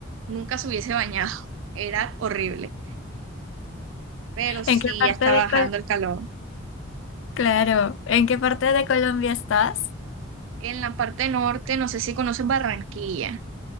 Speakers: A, on the right; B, on the left.
A: nunca se hubiese bañado, <laughs> era horrible. pero sí,
B: ¿En qué parte
A: ya está
B: de
A: bajando
B: Colombia?
A: el calor.
B: Claro, ¿en qué parte de Colombia estás?
A: En la parte norte, no sé si conocen Barranquilla.